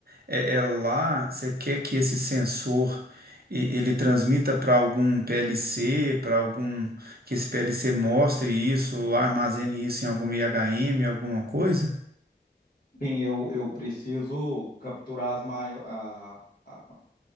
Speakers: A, on the right (about 60°); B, on the left (about 55°).
A: É, é lá, você quer que esse sensor e- ele transmita para algum PLC, para algum que esse PLC mostre isso, ou armazene isso em algum IHM, alguma coisa?
B: Sim, eu, eu preciso capturar as, mai- a, a-